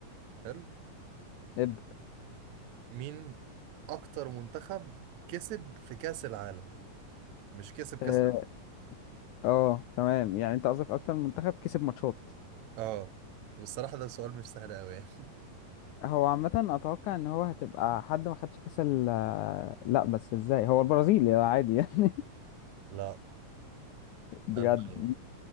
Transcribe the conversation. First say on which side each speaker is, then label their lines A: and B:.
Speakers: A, on the right; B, on the left.
A: حلو
B: ابدأ
A: مين أكتر منتخب كسب في كأس العالم مش كسب كأس
B: اه آه، تمام يعني انت قصدك اكتر منتخب كسب ماتشات
A: آه والصراحة ده سؤال مش سهل أوي يعني
B: هو عامة اتوقع ان هو هتبقى حد ما خدش كاس ال لا بس ازاي هو البرازيل يا عادي يعني
A: لا
B: <laughs> بجد
A: ألمانيا